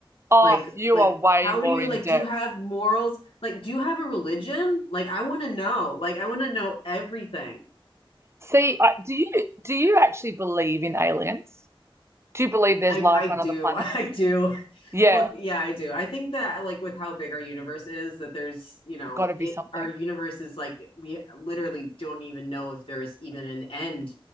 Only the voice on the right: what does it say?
Oh,
you
are way
more
in
depth.
See, I, do you do you actually believe in aliens? Do you believe there's
life
on other planets?
Yeah,
got to be
something.